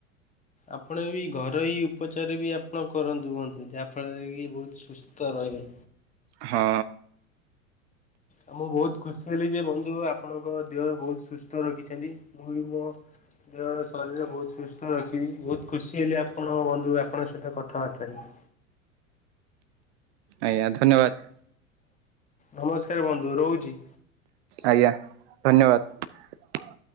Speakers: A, on the left (about 20°); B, on the right (about 55°).
A: ଆପଣ ବି ଘରୋଇ ଉପଚାର ବି ଆପଣ କରନ୍ତୁ ବନ୍ଧୁ ଯାହାଫଳରେ କି ବହୁତ ସୁସ୍ଥ ରହିବେ।
B: ହଁ।
A: ଆଉ ମୁଁ ବହୁତ ଖୁସି ହେଲି ଯେ ବନ୍ଧୁ ଆପଣଙ୍କ ଦେହ ବହୁତ ସୁସ୍ଥ ରଖିଛନ୍ତି ମୁଁ ବି ମୋ ଦେହ ଶରୀର ବହୁତ ସୁସ୍ଥ ରଖିବି। ବହୁତ ଖୁସି ହେଲି ଆପଣ ବନ୍ଧୁ ଆପଣଙ୍କ ସହିତ କଥାବାର୍ତା ହେଇକି।
B: ଆଜ୍ଞା ଧନ୍ୟବାଦ।
A: ନମସ୍କାର ବନ୍ଧୁ ରହୁଛି।
B: ଆଜ୍ଞା ଧନ୍ୟବାଦ।